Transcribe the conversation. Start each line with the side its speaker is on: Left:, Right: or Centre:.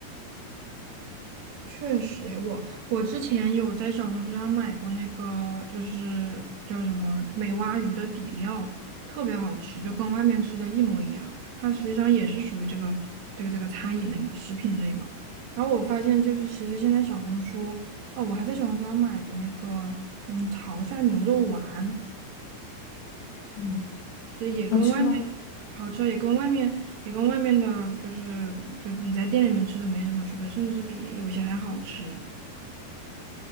Right: 确实诶我我之前有在小红书上买过那个，就是叫什么美蛙鱼的底料，特别好吃，就跟外面吃的一模一样。它实际上也是属于这个这个这个餐饮类嘛，食品类嘛。然后我发现，就是其实现在小红书，哦，我还在小红书上买过那个，嗯，潮汕牛肉丸。
Left: 嗯，
Right: 这也跟外面
Left: 好吃吗？
Right: 好吃，也跟外面也跟外面的，就是就是你在店里面吃的没什么区别，甚至比有些还好吃。